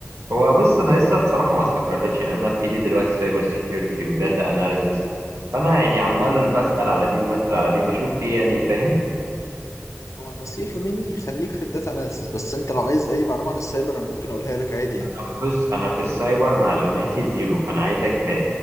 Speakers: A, on the right; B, on the left.
A: هو بص انا لسه بصراحه ما استقريتش يعني انا في ايدي دلوقتي سايبر سيكيورتي وداتا اناليزس فانا يعني عمال بسال على دي وبسال على دي وبشوف ايه يعني فاهم
B: هو نصيحة مني خليك في الداتا اناليسيس بس انت لو عايز اي معلومة عن السايبر انا ممكن اقولها لك عادي يعني
A: انا بص انا في السايبر معلوماتي زيرو فانا عايزك ت...